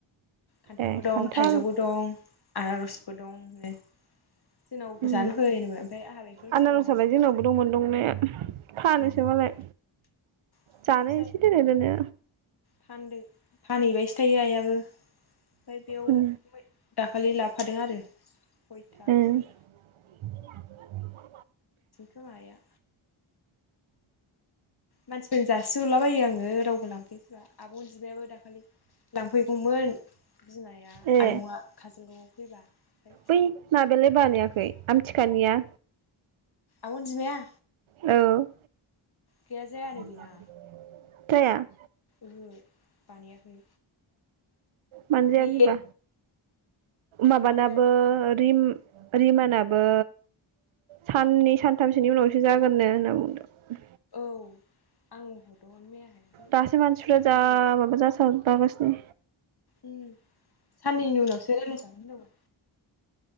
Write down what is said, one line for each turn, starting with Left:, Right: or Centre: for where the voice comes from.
Left: खान्थालबो
Right: ए
Left: दं
Right: खान्थाल
Left: थाइजौबो दं आनारसबो दं होन जोंनाव
Right: उम
Left: जानो फै होनदोमोन ओमफाय आंहा बेंथलसो
Right: आनारसालाय
Left: दं नालाय
Right: जोंनावबो दंमोन दंनाया फानोसो
Left: जोंनाव
Right: मालाय
Left: <unintelligible>
Right: जानो एसे दोनो दोनो
Left: फानदों फानैबायसो <unintelligible> ओमफ्राय बेयाव
Right: उम
Left: मै दाखालि लाब फादों आरो खयथासो
Right: उम <inaudible>
Left: खोमा आइया मानसिफोरनो जासिहरलाबायो आङो रावबो लांफैया आबअनजिमायाबो दाखालि लांफैगौमोन बिमाया
Right: ए
Left: आयंआ काजलगावआव फैबा ओमफ्राय
Right: बै माबालाय बानायाखै
Left: फैयासै
Right: आमथिखानिया
Left: आब अनजिमाया।
Right: औ।
Left: गैया जायानो
Right: <unintelligible>
Left: बेना
Right: जाया।
Left: ओहो बानायाखै।
Right: मानजाया
Left: बे
Right: बिबा माबानाबो
Left: माबायानो
Right: रिम रिमानाबो साननै सानथामसोनि उनावसो जागोननो होनना बुंदों।
Left: औ आं हरदोंमोन मैयाहाय। ओमफ्राय
Right: दासो मानसिफ्रा
Left: साननैनि
Right: जा
Left: उनावसो
Right: माबा जासावगासिनो।
Left: उम साननैनि उनावसो रायज्लायजागोन होनदोंमोन।